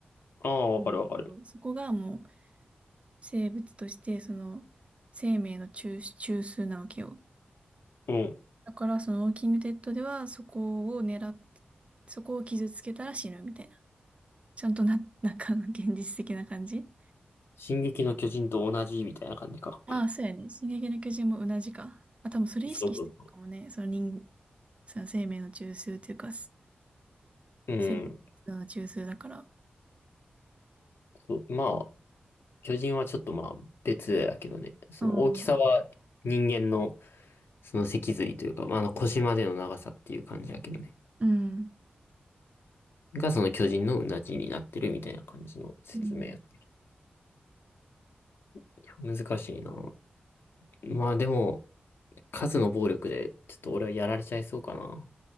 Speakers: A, on the left; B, on the right.
A: ああ、
B: うんそこがもう
A: わかるわかる。
B: 生物として、その生命の中、中枢なわけよ。
A: うん。
B: だからそのウォーキングデッドではそこを狙って、そこを傷つけたら死ぬみたいな。ちゃんとな、<laughs> なんか現実的な感じ。
A: 進撃の巨人と同じみたいな感じか。
B: ああ、そうやね。進撃の巨人も同じか。あ、多分それ意識してるのかもね。
A: そうそうそ
B: その人、その生命の中枢というか、す
A: う。うん。
B: 生体活動の中枢だから。
A: そう、まあ、巨人はちょっとまあ別だけどね。その大きさは人間の
B: うん。
A: その脊髄というか、まあ、あの腰までの長さっていう感じだけどね。
B: うん。
A: がその巨人のうなじになってるみたいな感じの説明やって
B: うん
A: いや難しいな。まあでも、数の暴力でちょっと俺はやられちゃいそうかな。